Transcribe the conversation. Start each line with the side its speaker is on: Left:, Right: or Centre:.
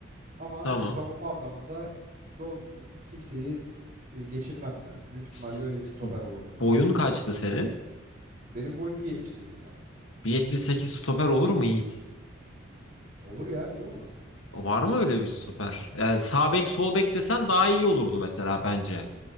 Right: Ama
Left: tamam.
Right: e, savunma anlamında doğru düzgün kimseyi e, geçirmem ya. Büyük ihtimalle
Left: S-
Right: öyle bir stoper olurdum
Left: Boyun
Right: ben.
Left: kaçtı senin?
Right: Benim boyum 1.78 abi.
Left: 1.78 stoper olur mu Yiğit?
Right: Olur ya niye olmasın?
Left: Var mı öyle bir stoper? Yani sağ bek sol bek desen daha iyi olurdu mesela bence.